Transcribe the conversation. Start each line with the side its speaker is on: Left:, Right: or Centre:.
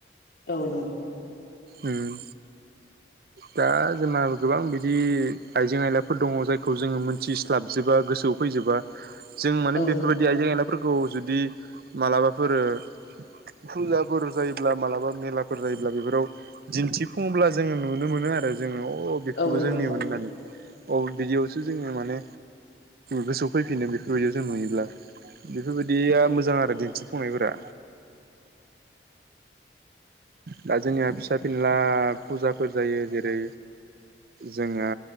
Left: औ नंगौ।
Right: उम दा जोंना गोबां बिदि आयजें आयला फोर दङ। जायखौ जोङो मोनथिस्लाबजोबा गोसोआव फैजोबा। जों मान
Left: औ
Right: बेफोरबायदि
Left: नंगौ
Right: आइजें आयलाफोरखौ जुदि मालाबाफोर ओ फुजाफोर जायोब्ला मालाबा मेलाफोर जायोब्ला बेफोराव दिन्थिफुङोब्ला जोङो नुनो मोनो आरो। जोङो अ' बेफोरबो
Left: औ नंगौ
Right: जोंनि मोन होननानै। अ बिदियावसो जोङो माने गोसोआव फैफिनो बेफोरबायदियाव जों नुयोब्ला। बेफोरबायदिया
Left: औ
Right: मोजां आरो दिन्थिफुंनायफोरा। दा जोंनिया फिसा फिनला फुजाफोर जायो। जेरै जोङो